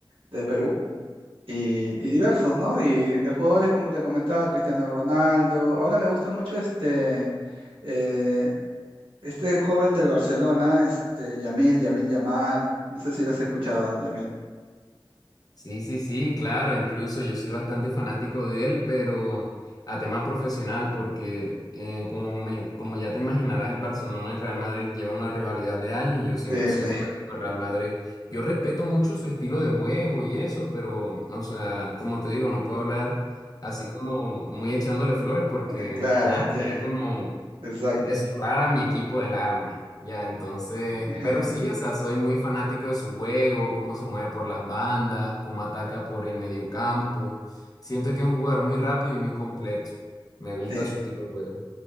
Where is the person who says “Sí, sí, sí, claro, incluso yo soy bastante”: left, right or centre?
Left